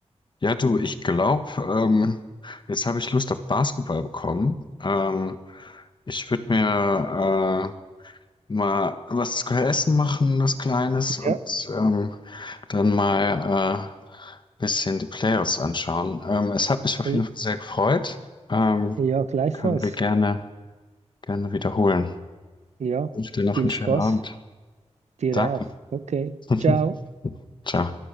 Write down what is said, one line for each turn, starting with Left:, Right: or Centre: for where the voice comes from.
Left: ja, du, ich glaube, ähm, jetzt habe ich Lust auf Basketball bekommen. Ähm, ich würde mir äh, mal was zu essen machen, was Kleines und
Right: Ja.
Left: ähm, dann mal äh, bisschen die Playoffs anschauen. Ähm, es hat mich auf
Right: Äh,
Left: jeden Fall sehr gefreut. Ähm,
Right: Ja, gleichfalls.
Left: können wir gerne, gerne wiederholen.
Right: Ja,
Left: Ich wünsche dir noch
Right: viel
Left: einen schönen
Right: Spaß.
Left: Abend.
Right: Dir
Left: Danke.
Right: auch. Okay,
Left: <laughs>
Right: ciao.
Left: Ciao.